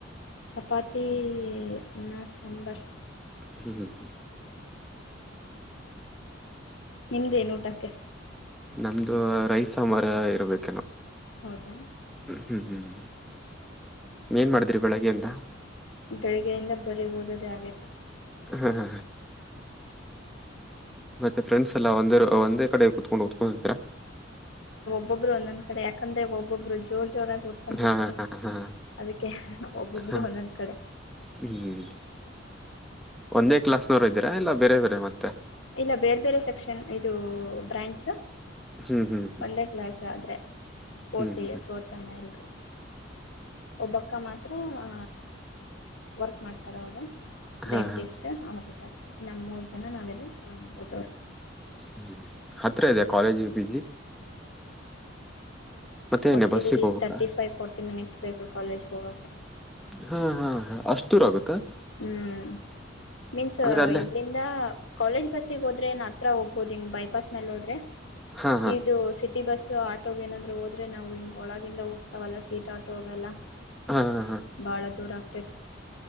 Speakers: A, on the left (about 75°); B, in the centre.
A: ಚಪಾತಿ ಅನ್ನ ಸಾಂಬಾರ.
B: ಹ್ಮ್ ಹ್ಮ ಹ್ಮ.
A: ನಿಮ್ದೇನು ಊಟಕ್ಕೆ.
B: ನಮ್ದು ರೈಸ್ ಸಾಂಬಾರ್ ಇರ್ಬೇಕೇನ
A: ಹೌದಾ
B: ಹ್ಮ್ ಹ್ಮ್. ಏನ್ ಮಾಡಿದಿರಿ ಬೆಳಗ್ಗೆ ಇಂದ.
A: ಬೆಳಿಗ್ಗೆಯಿಂದ ಬರೀ ಓದೋದೇ ಆಗೈತೆ.
B: ಹ್ಮ ಹ. ಮತ್ತೆ ಫ್ರೆಂಡ್ಸ್ ಎಲ್ಲಾ ಒಂದೇ ರೂ ಒಂದೇ ಕಡೆ ಕುತ್ಕೊಂಡು ಒದ್ಕೊಂತಿರ.
A: ಒಬ್ಬಬ್ರು ಒಂದೊಂದ ಕಡೆ ಯಾಕಂದ್ರ ಒಬ್ಬೊಬ್ರು ಜೋರ್. ಜೋರಾಗಿ ಓದ್ಕೊಂತಿರ್ತಾರೆ
B: ಹಾ ಹಾ ಹಾ ಹಾ
A: ಅದಕ್ಕೆ ಒಬ್ಬೊಬ್ರು
B: ಹಾ
A: ಒಂದೊಂದ್ ಕಡೆ.
B: ಹ್ಮ್ ಒಂದೇ ಕ್ಲಾಸ್ನವರು ಇದೀರಾ ಇಲ್ಲ ಬೇರೆ ಬೇರೆ ಮತ್ತೆ.
A: ಇಲ್ಲ ಬೇರೆ ಬೇರೆ ಸೆಕ್ಷನ್ ಇದು ಬ್ರಾಂಚ್.
B: ಹ್ಮ್ ಹ್ಮ್
A: ಒಂದೇ ಕ್ಲಾಸ್ ಆದ್ರೆ ಫೋರ್ತ್
B: ಹ್ಮ್ ಹ್ಮ್
A: ಇಯರ್ ಫೋರ್ತ್ ಸೇಮ್ ಎಲ್ಲರು. ಒಬ್ಬಕ್ಕ ಮಾತ್ರ ಆ ವರ್ಕ್ ಮಾಡ್ತಾರ ಅವರು.
B: ಹಾ
A: ಡೆಂಟಿಸ್ಟ್
B: ಹಾ
A: ಅವರುದ್ದಾರೆ ನಮ್ಮ ಮೂರು ಜನ ನಾವೆಲ್ಲ ಓದೋರು.
B: ಹ್ಮ್ ಹತ್ರ ಇದೆಯ ಕಾಲೇಜಿಗೆ ಪಿ ಜಿ. ಮತ್ತೆ
A: ಫಾರಟಿ
B: ಏನೇ ಬಸ್ಸಿಗೆ ಹೋಗ್ಬೇಕ
A: ತರ್ಟಿ ಫೈವ್ ಫೋರ್ಟಿ ಮಿನಿಟ್ಸ್ ಬೇಕು ಕಾಲೇಜ್ಗೆ ಹೋಗೋಕ್ಕೆ.
B: ಹಾ ಹಾ ಹಾ ಅಷ್ಟು ದೂರ್ ಆಗುತ್ತಾ.
A: ಹ್ಮ್ ಮೀನ್ಸ್
B: ಅಂದ್ರೆ ಅಲ್ಲೇ
A: ಇಲ್ಲಿಂದ. ಕಾಲೇಜ್ ಬಸ್ಗೆ ಹೋದ್ರೆ ನನ್ ಹತ್ರ ಹೋಗ್ಬಹದು ಹಿಂಗ್ ಬೈಪಾಸ್ ಮೇಲೆ ಹೋದ್ರೆ
B: ಹಾ ಹಾ
A: ಇದು ಸಿಟಿ ಬಸ್. ಸೊ ಆಟೋಗೆನಾದ್ರು ಹೋದ್ರೆ ನಾವು ಹಿಂಗೆೊಳಗಿಂದ ಹೋಗ್ತಾವಲ್ಲ ಸೀಟ್ ಆಟೋ ಅವೆಲ್ಲ.
B: ಹಾ ಹಾ ಹಾ
A: ಬಾಳ ದೂರ ಆಗ್ತೈತಿ.